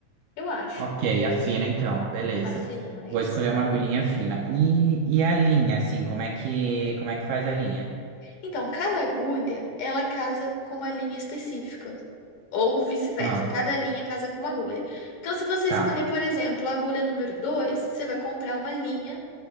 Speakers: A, on the left; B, on the right.
A: Eu acho.
B: Ok, a fina então, beleza.
A: A fina,
B: Vou
A: isso.
B: escolher uma agulhinha fina. E, e a linha, assim, como é que, como é que faz a linha?
A: Então, cada agulha, ela casa com uma linha específica. Ou vice-versa,
B: Ah,
A: cada linha casa com uma agulha. Então, se você
B: tá,
A: escolher, por exemplo, a agulha número dois você vai comprar uma linha